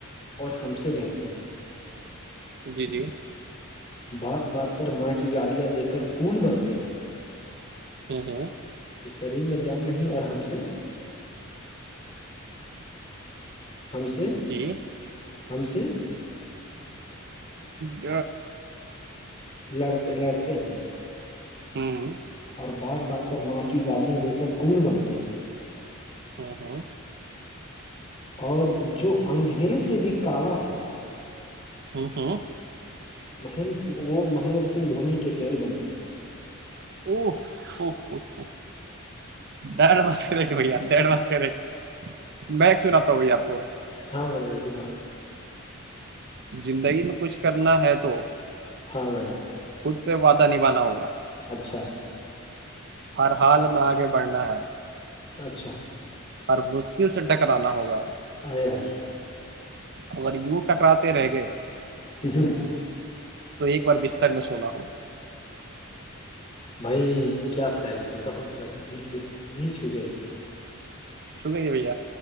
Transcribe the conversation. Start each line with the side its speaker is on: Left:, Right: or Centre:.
Left: اور ہم سے لڑتے ہیں
Right: جی جی
Left: بات بات پر ماں کی گالیاں دے کر کول بنتے ہیں
Right: ہوں ہوں
Left: کہ شریر میں جان نہیں اور ہم سے ہم سے
Right: جی
Left: ہم سے
Right: جی
Left: لڑتے لڑتے ہیں
Right: ہوں
Left: اور بات بات پر ماں کی گالیاں دے کر کول بنتے ہیں
Right: ہوں ہوں
Left: اور جو اندھیرے سے بھی کال ہے
Right: ہوں ہوں
Left: مہ وہ مہینندر سنگھ دھونی کے فین بنتے ہیں
Right: ا ڈھ بس کریکٹ بھیا ڈھ باس کریکٹ میں سناتا ہوں بھیا آپ کو
Left: ہاں بے نہ
Right: زندگی میں کچھ کرنا ہے تو
Left: ہاں بڑے بھائی
Right: خود سے وعدہ نبھانا ہوگا
Left: اچھا
Right: ہر حال میں آگے بڑھنا ہے
Left: اچھا
Right: ہر مشکل سے ٹکرانا ہوگا
Left: ارے ارے
Right: اگر یوں ٹکراتے رہ گئے
Left: ہ
Right: تو ایک بار بستار میں سونا ہوگا
Left: بھائی کیا سیلی تھی کسم خدا کی دل سے دل چھو گئی
Right: شو کریے بھار